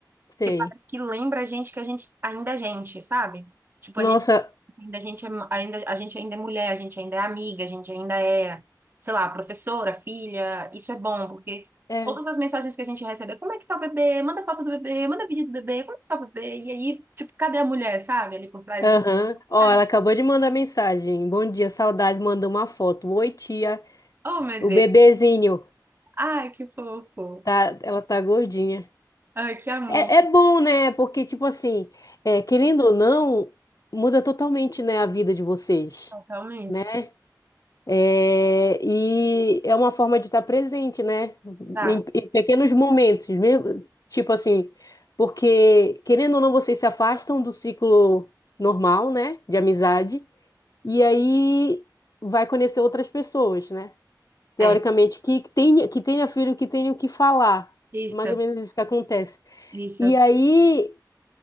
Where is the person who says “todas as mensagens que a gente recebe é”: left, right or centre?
Right